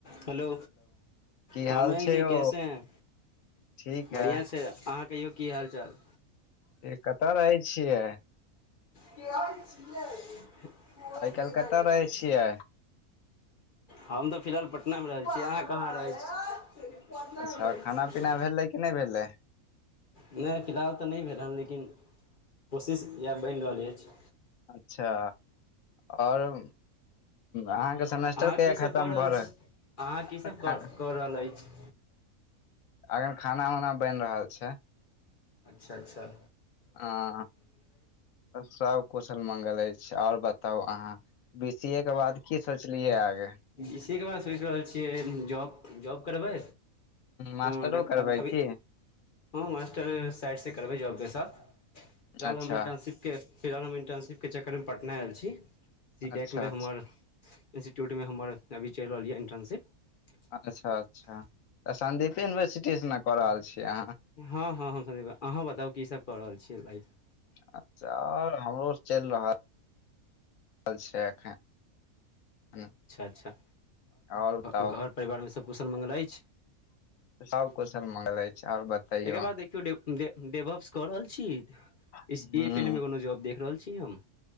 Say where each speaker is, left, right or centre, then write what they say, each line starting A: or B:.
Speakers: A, on the left; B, on the left.
A: हेलो
B: की हाल
A: ह मयंक
B: छै
A: जी
B: यौ
A: कैसे है
B: ठीक
A: बढ़िआँ
B: है
A: छै अहाँ कहियौ की हाल चाल
B: से कतय रहै छियै
A: केहन छियै मोन
B: आइ
A: केना
B: काल्हि कतऽ
A: लगबै
B: रहै छियै
A: छी हम तऽ फिलहाल पटनामे रहल छी अहाँ कहाँ रहै छी पटना
B: अच्छा
A: मे रहै
B: खाना
A: छियै
B: पीना भेलै कि नहि भेलै
A: नहि फिलहाल तऽ नहि भेल हन लेकिन कोशिश इएह बनि रहल अछि
B: अच्छा और अम अहाँके सेमेस्टर
A: अहाँ
B: कहिया
A: कीसभ
B: खतम
A: कऽ रहल
B: भऽ रहल
A: छी अहाँ कीसभ
B: <unintelligible>
A: कऽ कऽ रहल अछि
B: अखन खाना उना बनि रहल छै
A: अच्छह अच्छह
B: हाँ सब कुशल मंगल अइछ अच्छा ओर बताउ अहाँ बी सी ए के बाद की सोचलियै आगे
A: बीसीए के बाद सोचि रहल छियै जॉब जॉब करबै
B: मास्टरो
A: ह डेप
B: करबै
A: अब अभी
B: की
A: हाँ मास्टर साइड से करबै जॉब के साथ रहल
B: अच्छा
A: हम इंटर्नशिप के फिलहाल हम इन्टर्नशिपके चक्करमे पटना आयल छी सी
B: अच्छा
A: डैक मे
B: अच्छा
A: हमर इन्स्टीट्यूट अभी चलि रहल यै
B: अच्छा
A: इन्टर्नशिप
B: अच्छा तऽ सन्दीपे यूनिवर्सिटी से ने कऽ रहल छी अहाँ
A: हाँ हाँ ही अहाँ बताउ की सब क रहल <unintelligible>
B: अच्छा ओर हमरो चलि रहल कल छै अखन ह
A: अच्छा अच्छा
B: आओर बताउ
A: घ घर परिवारमे सब कुशल मंगल अछि
B: सब कुशल मंगल अछि आओर बतैयौ
A: एहिके बाद देखियौ जे डेवप्स कऽ रहल छी
B: हूं
A: इस ई फिलि्मके कोनो जाब देख रहल छी हम